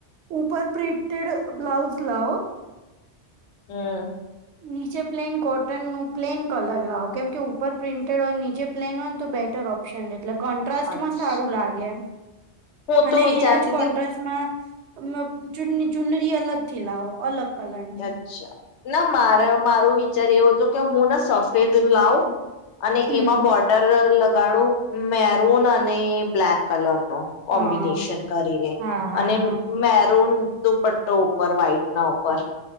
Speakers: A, on the right; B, on the left.
A: ઉપર પ્રિન્ટેડ બ્લાઉઝ લાઓ
B: હમ્મ.
A: નીચે પ્લેન કોટન નું પ્લેન કલર લાવો કેમ કે ઉપર પ્રિન્ટેડ હોય નીચે પ્લેન હોય ને તો બેટર ઓપ્શન એટલે કોન્ટ્રાસમાં
B: અચ્છા
A: સારું લાગે
B: હું
A: અને
B: તો વિચારતી
A: એના જ
B: હતી
A: કોન્ટ્રાસ્ટમાં મ ચૂનની ચૂનરી અલગ થી લાઓ અલગ. કલરની
B: અચ્છા. ના મારે મારો વિચાર એવો હતો કે હું ને સફેદ લાઉ અને
A: હમ
B: એમાં બોર્ડર લ ગાળું મેરૂન અને બ્લેક કલર. નો કોમ્બિનેશન
A: હા
B: કરીને
A: હા હા
B: અને
A: હા
B: મેરૂન દુપટ્ટો ઉપર વ્હાઈટ ના ઉપર.